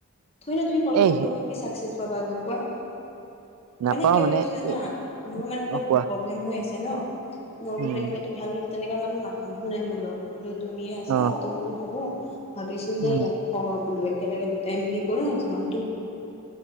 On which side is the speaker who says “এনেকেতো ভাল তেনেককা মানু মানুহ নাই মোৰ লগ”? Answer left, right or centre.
Left